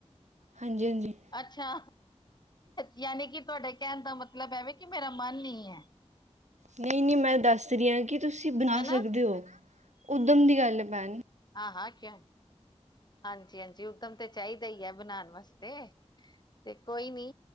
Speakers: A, on the right; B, on the left.
A: ਹਾਂਜੀ-ਹਾਂਜੀ।
B: ਅੱਛਾ ਯਾਨੀ ਕਿ ਤੁਹਾਡੇ ਕਹਿਣ ਦਾ ਮਤਲਬ ਐਵੇ ਕਿ ਮੇਰਾ ਮਨ ਨਹੀਂ ਹੈ।
A: ਨਹੀਂ-ਨਹੀਂ, ਮੈਂ ਦੱਸ ਰਹੀ ਹਾਂ ਕਿ ਤੁਸੀਂ ਬਣਾ
B: ਹਨਾ
A: ਸਕਦੇ ਹੋ ਉਦਮ ਦੀ ਗੱਲ ਹੈ ਭੈਣ
B: ਹਾਂ-ਹਾਂ, ਕਿਆ। ਹਾਂਜੀ-ਹਾਂਜੀ, ਉਦਮ ਤਾਂ ਚਾਹੀਦਾ ਹੀ ਹੈ, ਬਣਾਉਣ ਵਾਸਤੇ ਤੇ। ਕੋਈ ਨੀ